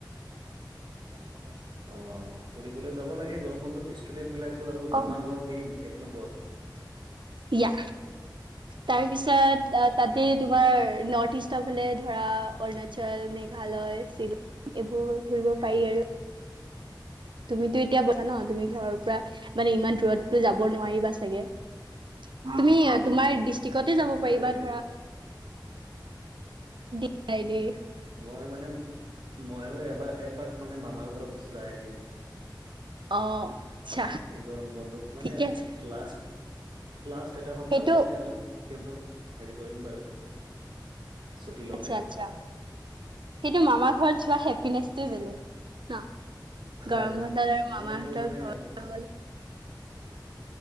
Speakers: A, on the right; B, on the right.
A: <unintelligible>
B: অ', ফুৰিবলৈ যাব লাগে গৰম বন্ধত ষ্টুডেন্ট বিলাকতো আৰু
A: অ
B: মামাৰ ঘৰ মেইন এক নম্বৰ।
A: ইয়া। তাৰ পিছত, তাতে তোমাৰ, নৰ্থ ইষ্টৰ ফালে ধৰা অৰুণাচল, মেঘালয়, শিল এইবোৰ ঘুৰিব পাৰি আৰু। তুমিতো এতিয়া কৈছা ন, তুমি ঘৰৰ পৰা মানে ইমান দূৰততো যাব নোৱাৰিবা চাগে! তুমি তোমাৰ দিচ তিকতে যাব
B: হয়
A: পাৰিবা ধৰা, দে বাই দে।
B: মই মানে, ময়ো এবাৰ এপাক মানে মামাৰ ঘৰত যাই আহিম।
A: অ আচ্ছা
B: এ, গৰম বন্ধত মানে
A: ঠিকে আছে
B: লাষ্ট, লাষ্ট এটা সপ্তাহ
A: সেইটো
B: মানে অলপ সিহঁতক হেৰি কৰিম বাৰু। ছুটি ল'ম
A: আচ্ছা
B: এসপ্তাহ
A: আচ্ছা, সেইটো মামাৰ ঘৰত যোৱা হেপিনেচটোৱে বেলেগ, ন?
B: হয়
A: গৰম বন্ধত আৰু
B: মই
A: মামাহঁতৰ
B: এইটো মানে
A: ঘৰত নগলে